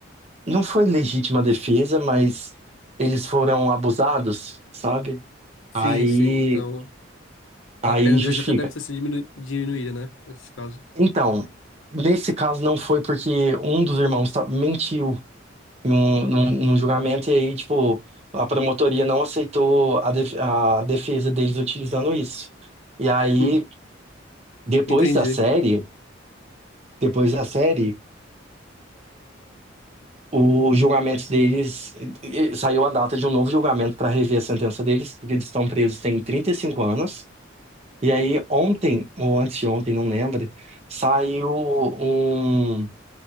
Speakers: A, on the right; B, on the left.
A: Não foi legítima defesa, mas eles foram abusados, sabe?
B: Sim,
A: Aí,
B: sim, então a
A: aí
B: pena deles
A: justifica.
B: até deve ter sido diminu- diminuída, né? Nesses casos.
A: Então, nesse caso não foi porque um dos irmãos ta- mentiu num, num, num julgamento e aí, tipo, a promotoria não aceitou a, def- a defesa deles utilizando isso. E aí,
B: Hum,
A: depois
B: entendi.
A: da série, depois da série, o julgamento deles eh, eh, saiu a data de um novo julgamento para rever a sentença deles, porque eles estão presos tem 35 anos. E aí, ontem, ou antes de ontem, não lembro, saiu um,